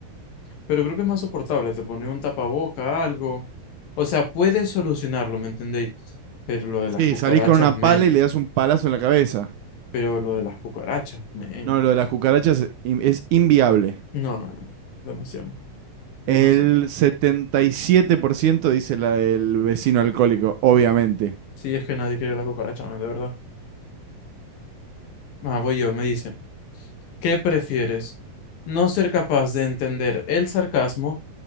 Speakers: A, on the left; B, on the right.
A: Pero creo que es más soportable. Te pone un tapaboca, algo. O sea, puedes solucionarlo, ¿me entendéis? Pero lo de
B: Sí,
A: las cucarachas,
B: salís con una
A: men.
B: pala y le das un palazo en la cabeza.
A: Pero lo de las cucarachas, men.
B: No, lo de las cucarachas es in- es inviable.
A: No, no, no, no. Demasiado, demasiado.
B: El 77% dice la del vecino alcohólico, obviamente.
A: Sí, es que nadie quiere la cucaracha, man, de verdad. Ah, voy yo, me dice. ¿Qué prefieres? ¿No ser capaz de entender el sarcasmo